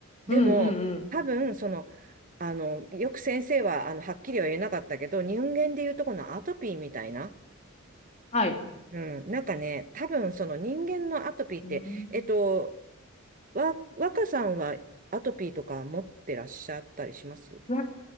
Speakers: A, on the left; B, on the right.
A: うんうんうん。
B: でも、多分、その、あの、よく先生は、あの、はっきりは言えなかったけど、人間でいうとこのアトピーみたいな、
A: はい。
B: うん、なんかね、多分、その人間のアトピーって、
A: うん。
B: えっと、わ、若さんはアトピーとか持ってらっしゃったりします
A: わ